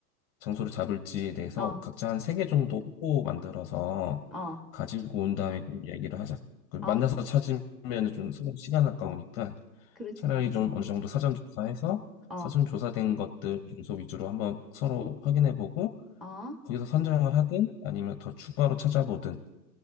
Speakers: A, on the left (about 35°); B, in the centre.
A: 장소를 잡을지에 대해서
B: 어,
A: 각자 한 세 개 정도 후보 만들어서
B: 어,
A: 가지고 온 다음에 좀 얘기를 하자. 그 만나서
B: 어,
A: 찾으면 좀 서로 시간 아까우니까
B: 그렇지,
A: 차라리
B: 그렇지.
A: 좀 어느 정도 사전 조사해서
B: 어,
A: 사전 조사된 것들 장소 위주로 한번 서로 확인해 보고
B: 어,
A: 거기서 선정을 하든 아니면 더 추가로 찾아보든